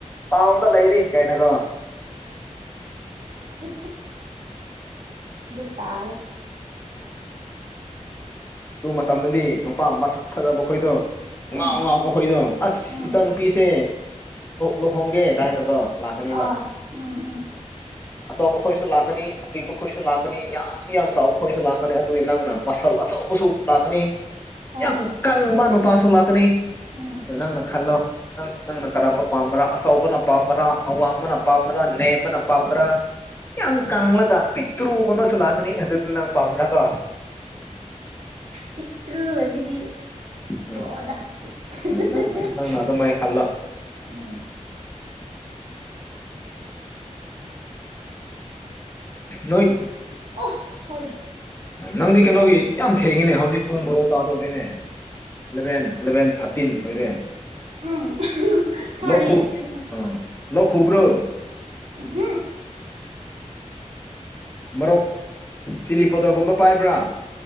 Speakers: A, on the left; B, on the right.
A: ꯇꯥꯎꯟꯗ ꯂꯩꯔꯤ ꯀꯥꯏꯅꯀꯣ꯫
B: <unintelligible> ꯑꯦ ꯗꯨ ꯇꯥꯔꯦ꯫
A: ꯑꯗꯨ ꯃꯇꯝꯗꯗꯤ ꯅꯨꯄꯥ ꯃꯁꯛ ꯐꯖꯕ ꯑꯩꯈꯣꯏꯗꯣ__
B: ꯎꯝ
A: ꯉꯥꯎ ꯉꯥꯎꯕꯣꯏꯗꯣ ꯑꯁ
B: ꯎꯝ
A: ꯏꯆꯥꯅꯨꯄꯤꯁꯦ ꯂꯨꯍꯣꯡꯒꯦ ꯀꯥꯏꯅꯀꯣ꯫ ꯂꯥꯛꯀꯅꯦꯕ
B: ꯑꯥ
A: <inaudible> __
B: ꯎꯝ <inaudible>
A: ꯑꯆꯧꯕ ꯈꯣꯏꯁꯨ ꯂꯥꯛꯀꯅꯤ꯫ ꯑꯄꯤꯛꯄ ꯈꯣꯏꯁꯨ ꯂꯥꯛꯀꯅꯤ ꯌꯥꯝ ꯌꯥꯝ ꯆꯥꯎꯕ ꯈꯣꯏꯁꯨ ꯂꯥꯛꯀꯅꯤ ꯑꯗꯨꯒꯤ ꯅꯪꯅ ꯃꯁꯜ ꯑꯆꯧꯕ꯫ ꯕꯨꯁꯨ ꯂꯥꯛꯀꯅꯤ
B: ꯍꯣꯏ
A: ꯌꯥꯝ ꯀꯪꯕ ꯅꯨꯄꯥꯁꯨ ꯂꯥꯛꯀꯅꯤ꯫
B: ꯎꯝ
A: ꯅꯪꯡꯅ ꯈꯂꯣ꯫ ꯅꯪ ꯅꯪꯅ ꯀꯔꯝꯕ ꯄꯥꯝꯕ꯭ꯔꯥ ꯑꯆꯧꯕꯅ ꯄꯥꯝꯕꯔꯥ ꯑꯋꯥꯡꯕꯅ ꯄꯥꯝꯕ꯭ꯔꯥ ꯅꯦꯝꯕꯅ ꯄꯥꯝꯕ꯭ꯔꯥ꯫ ꯌꯥꯝ ꯀꯪꯂꯒ ꯄꯤꯛꯇ꯭ꯔꯨꯕ ꯑꯃꯁꯨ ꯂꯥꯛꯀꯅꯤ ꯑꯗꯨꯗꯨ ꯅꯪ ꯄꯥꯝꯂꯀꯣ꯫
B: ꯄꯤꯛꯇ꯭ꯔꯨ ꯑꯁꯤꯗꯤ꯫
A: ꯎꯝ
B: ꯇꯣꯑꯣꯗ ꯑꯍ-ꯍ-ꯍ-ꯍ-ꯎꯝ꯫
A: ꯅꯪ ꯅꯪꯅ ꯑꯗꯨꯃꯥꯏꯅ ꯈꯜꯂꯣ ꯅꯣꯏ꯫
B: ꯑꯣ ꯁꯣꯔꯤ
A: ꯅꯪꯗꯤ ꯀꯩꯅꯣꯒꯤ ꯌꯥꯝ ꯊꯦꯡꯉꯤꯅꯦ ꯍꯧꯖꯤꯛ ꯄꯨꯡ ꯕꯣꯔꯣ ꯇꯥꯗꯧꯕꯅꯤꯅꯦ꯫ ꯏꯂꯚꯦꯟ ꯏꯂꯚꯦꯟ ꯊꯥꯔꯇꯤꯟ ꯑꯣꯏꯔꯦ
B: ꯎꯝ ꯁꯣꯔꯤ
A: ꯂꯣ ꯈꯨ
B: ꯑꯦꯛꯁꯀ꯭ꯌꯨꯁ ꯃꯤ
A: ꯑꯥ ꯂꯣ ꯈꯨꯕ꯭ꯔꯨ
B: ꯎꯍꯨꯝ
A: ꯃꯣꯔꯣꯛ ꯆꯤꯂꯤ ꯄꯥꯎꯗ꯭ꯔꯒꯨꯝꯕ ꯄꯥꯏꯕ꯭ꯔꯥ